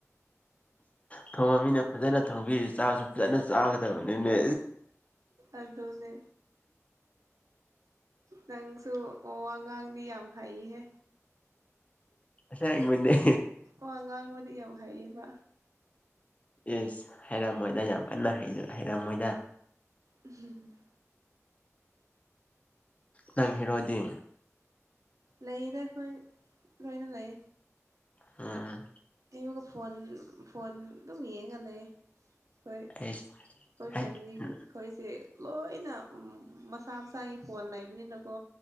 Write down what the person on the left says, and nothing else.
ꯊꯣꯡꯕ ꯃꯤꯅ ꯐꯖꯅ ꯊꯣꯡꯕꯤ ꯆꯥ ꯁꯖꯥꯅ ꯆꯥꯒꯗ ꯍꯧꯅꯤꯅꯦ
ꯑꯁ ꯍ ꯃꯅꯤꯦ
ꯏꯁꯁ ꯍꯥꯏꯔꯝꯃꯣꯏꯗ ꯌꯥꯝ ꯀꯟꯅ ꯍꯥꯏꯔꯝꯃꯣꯏꯗ
ꯅꯪ ꯍꯗꯦ
ꯎꯝ
ꯑꯩ
ꯎꯝ